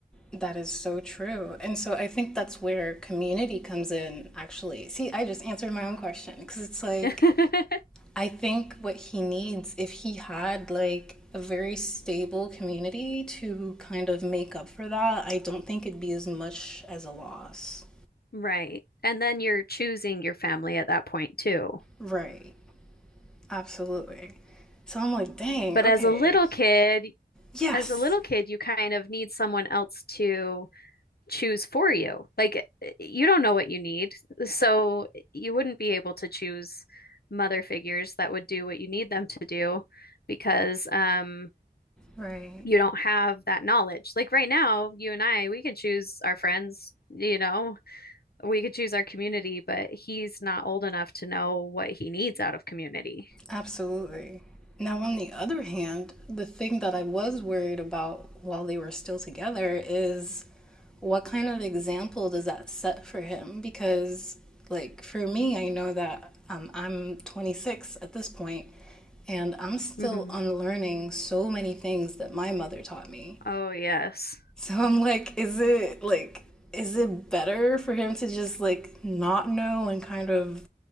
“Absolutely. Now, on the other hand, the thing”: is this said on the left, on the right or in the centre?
Centre